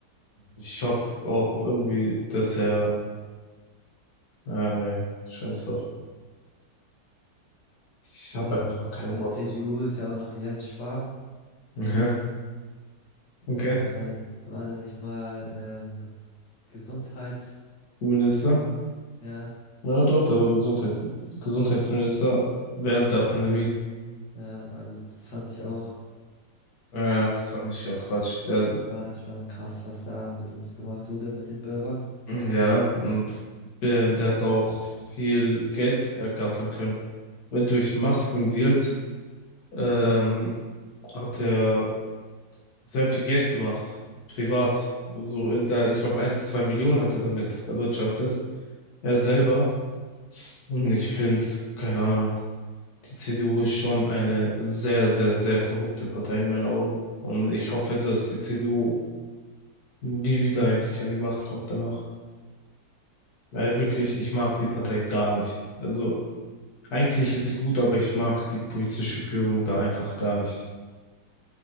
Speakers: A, on the left (about 65°); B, on the left (about 80°).
A: Ich hoffe auch irgendwie, dass er, ja, nee, scheiß drauf. Ich habe
B: Ähm,
A: einfach kein
B: in der
A: Wort
B: CDU
A: dazu.
B: ist ja auch noch Jens Spahn.
A: Ja, okay.
B: Ähm, war dann, war dann nicht mal ähm, Gesundheits,
A: Minister.
B: ja,
A: Ja, doch, der war Gesundheit, Gesundheitsminister während der Pandemie.
B: ja, also das fand ich auch.
A: Ja, fand ich ja Quatsch. Der,
B: War schon krass, was da mit uns gemacht wurde, mit den Bürgern.
A: ja, und ähm, der hat auch viel Geld ergattern können. Weil durch Maskendeals ähm, hat er sehr viel Geld gemacht. Privat. So, äh, da, ich glaube, eins 2 Millionen hat er damit erwirtschaftet. Er selber. Und ich finde, keine Ahnung. Die CDU ist schon eine sehr, sehr, sehr korrupte Partei in meinen Augen. Und ich hoffe, dass die CDU nie wieder eigentlich an die Macht kommt danach. Weil wirklich, ich mag die Partei gar nicht. Also eigentlich ist sie gut, aber ich mag die politische Führung da einfach gar nicht.